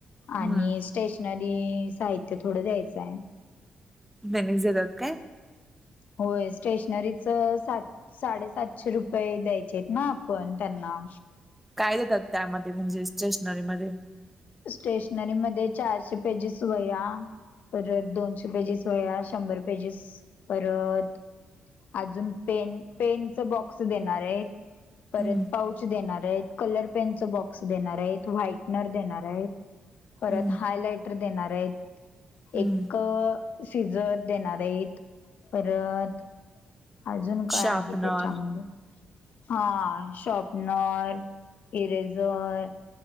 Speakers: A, in the centre; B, on the left.
A: हम्म
B: आणि स्टेशनरी साहित्य थोडं द्यायचं आहे.
A: तेनीच देतात काय?
B: होय स्टेशनरीचं सात साडेसातशे रुपये द्यायचेत ना आपण त्यांना.
A: काय देतात त्यामध्ये म्हणजे स्टेशनरीमध्ये?
B: स्टेशनरीमध्ये चारशे पेजेस वह्या परत दोनशे पेजेस वह्या, शंभर पेजेस परत अजून पेन पेनच बॉक्स देणार आहेत. परत
A: हम्म
B: पाऊच देणार हायत, कलर पेनचं बॉक्स देणार हायत, व्हाईटनर देणार परत
A: हम्म
B: हायलाइटर देणार आहेत. एक
A: हम्म
B: शिजर देणार हायत. परत अजून काय
A: शार्पनर
B: आहे त्याच्यामध्ये. हां शॉपनर, इरेझर